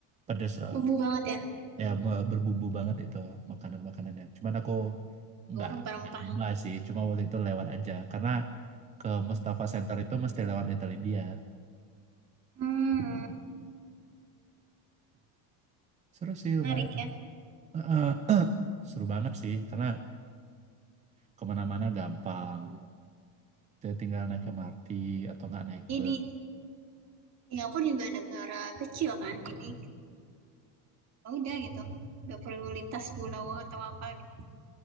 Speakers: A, on the right; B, on the right.
A: pedes eh,
B: Bumbu banget ya.
A: ya be- berbumbu banget itu makanan-makanannya. Cuman aku enggak
B: Bau Rempah-rempah.
A: enggak nyoba sih, cuma waktu itu lewat aja karena ke Mustafa Center itu mesti lewat Little India.
B: Hmm.
A: <clears throat> Seru sih lumayan.
B: Menarik ya.
A: Eh, eh, <clears throat> seru banget sih karena kemana-mana gampang. Jadi tinggal naik MRT atau nggak naik
B: Jadi
A: bus.
B: Singapura juga negara kecil kan, jadi ya udah gitu nggak perlu lintas pulau atau apa gitu